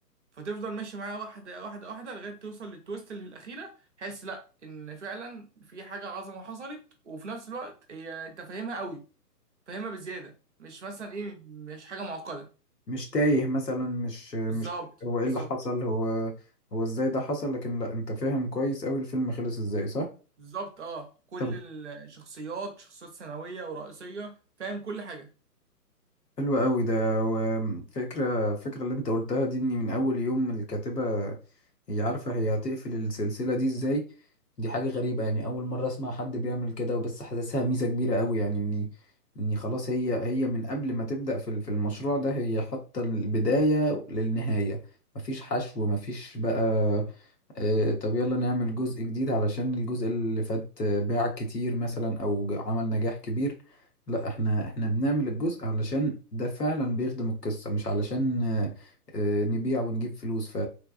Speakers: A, on the right (about 45°); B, on the left (about 80°).
A: فتفضل ماشي معاها واحدة واحدة واحدة لغاية توصل للتويست اللي الأخيرة تحس لأ إن فعلا في حاجة عظمة حصلت وفي نفس الوقت هي أنت فاهمها قوي فاهمها بزيادة مش مثلا إيه مش حاجة معقدة
B: مش تايه مثلا مش مش
A: بالظبط
B: هو ايه
A: بالظبط
B: اللي حصل هو هو ازاي ده حصل لكن لا انت فاهم كويس قوي الفيلم خلص ازاي صح
A: بالظبط أه كل
B: طب
A: الشخصيات شخصيات ثانوية ورئيسية فاهم كل حاجة
B: حلو قوي ده وفكرة فكرة اللي انت قلتها دي اني من اول يوم الكاتبة هي عارفة هي هتقفل السلسلة دي ازاي دي حاجة غريبة يعني اول مرة اسمع حد بيعمل كده وبس حاسسها ميزة كبيرة قوي يعني اني اني خلاص هي هي من قبل ما تبدأ في ال- في المشروع ده هي حاطة البداية للنهاية مفيش حشو مفيش بقى آه، طب يلا نعمل جزء جديد علشان الجزء اللي فات آه، باع كتير مثلا او ج- عمل نجاح كبير لا احنا احنا بنعمل الجزء علشان ده فعلا بيخدم القصة مش علشان آه، آه، نبيع ونجيب فلوس ف